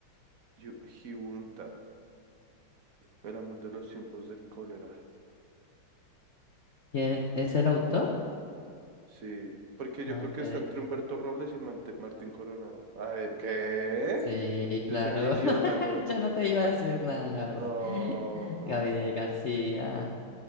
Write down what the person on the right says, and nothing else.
Yu- Giunta. El amor de los tiempos del cólera.
Sí, porque yo
creo
que está entre Humberto Robles y Mante- Martín Coronado. A ver, ¿qué?
Yo
soy un idiota,
güey.
No,
¿cómo
así?